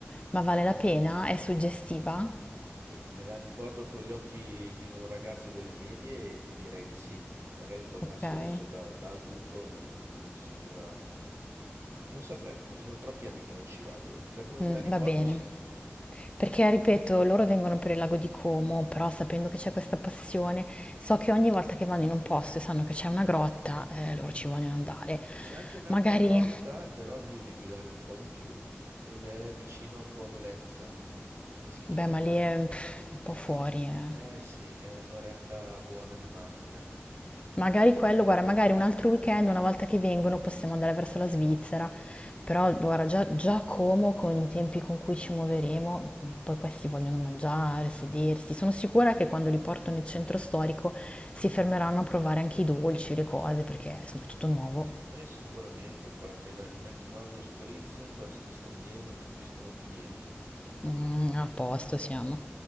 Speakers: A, on the left; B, on the right.
A: Ma vale la pena? È suggestiva?
B: E me la ricordo con gli occhi di un ragazzo delle medie e ti direi di sì. Magari tornarci
A: Ok.
B: adesso da, da adulto non, non mi sembrerà... Non saprei, sono troppi anni che non ci vado. Da come me
A: Mm,
B: la ricordo,
A: va bene.
B: sì.
A: Perché, ripeto, loro vengono per il lago di Como, però sapendo che c'è questa passione, so che ogni volta che vanno in un posto e sanno che c'è una grotta, eh, loro ci vogliono andare.
B: C'è anche un'altra
A: Magari,
B: grotta, però lì devi guidare un po' di più, ed è vicino a Porlezza. E si
A: beh,
B: chiama...
A: ma lì è pff, un po' fuori, eh.
B: Eh sì, è un'oretta buona di macchina.
A: Magari quello, guarda, magari un altro weekend, una volta che vengono, possiamo andare verso la Svizzera, però guarda, già, già Como con i tempi con cui ci muoveremo, poi questi vogliono mangiare, sedersi. Sono sicura che quando li porto nel centro storico si fermeranno a provare anche i dolci, le cose, perché insomma è tutto nuovo.
B: Eh sicuramente, poi appena gli metti in mano uno spritz, questi stranieri non capiscono più niente.
A: Mm, a posto siamo.